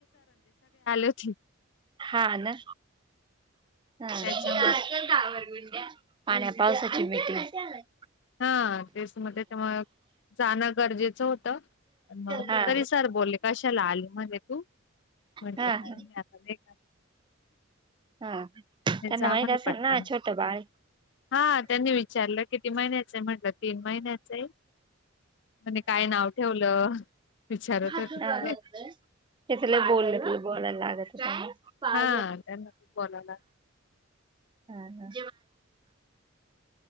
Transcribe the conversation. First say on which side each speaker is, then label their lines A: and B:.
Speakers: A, on the left; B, on the right.
A: होते
B: हा ना. हा ना
A: त्याच्यामुळे
B: पाण्या पावसाची मिटिंगस
A: हा तेच म ते मग जाणं गरजेचा होता आणि मग
B: हा
A: तरी सर बोलले कशाला आली मध्ये तू? म्हटलं
B: हा
A: काही
B: हा
A: नाही आता नाही का
B: हा.
A: नीट
B: त्यांना
A: जा
B: माहित
A: म्हणजे
B: असेल
A: मने पटकन
B: ना छोट बाळ
A: हा त्यांनी विचारलं किती महिन्या चा म्हटलं तीन महिन्याचा आहे म्हने काय नाव ठेवलं? विचारत
B: हां
A: होते
B: त्याचा लई बोललेत बोलाय लागत त्यांना. <unintelligible> हां
A: हा त्यांना खूप बोलावला
B: हां.